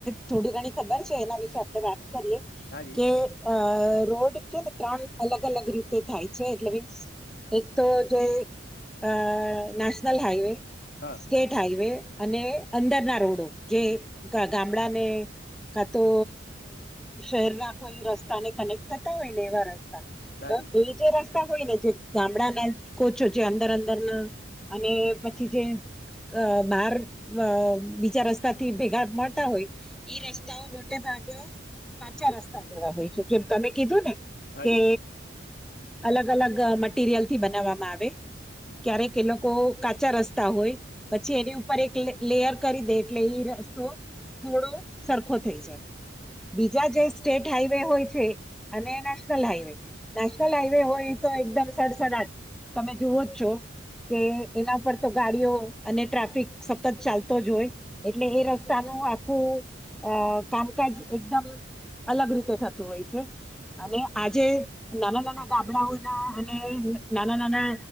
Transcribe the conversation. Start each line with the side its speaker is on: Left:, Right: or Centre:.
Centre: થોડી ઘણી ખબર છે એના વિશે આપણે વાત કરીએ
Left: હાજી
Centre: કે રોડ છે ને ત્રણ અલગ અલગ રીતે થાય છે એટલે મીન્સ એક તો જો અ નેશનલ હાઈવે
Left: હા
Centre: સ્ટેટ હાઈવે અને અંદરના રોડો જે ગામડાને કા તો શહેરના કોઈ રસ્તાને કનેક્ટ થતા હોય ને એવા રસ્તા
Left: હાજી
Centre: તો એ જે હોયને જે ગામડાના કોચો છે, અંદર અંદરના અને પછી જે અ બહાર બીજા રસ્તાથી ભેગા મળતા હોય રસ્તાઓ ઈ મોટે ભાગે કાચા રસ્તા જેવા હોય છે જેમ તમે કીધું ને
Left: હાજી
Centre: કે અલગ અલગ મટીરિયલ થી બનાવવામાં આવે
Left: હમ.
Centre: ક્યારેક એ લોકો કો કાચા રસ્તા હોય પછી એની ઉપર એક લેયર કરી દે એટલે એ રસ્તો થોડો સરખો થઈ જાય, બીજા જે સ્ટેટ હાઈવે હોય છે અને નેશનલ હાઈવે નેશનલ હાઈવે હોય એ તો એકદમ સડસડાટ તમે જોવો જ છો કે એના પર તો ગાડીઓ અને ટ્રાફિક સતત ચાલતો જ હોય એટલે એ રસ્તાનું આખું અ કામકાજ એકદમ અલગ રીતે થતું હોય છે અને આજે નાના, નાના ગાબડાઓ ના અને નાના, નાના,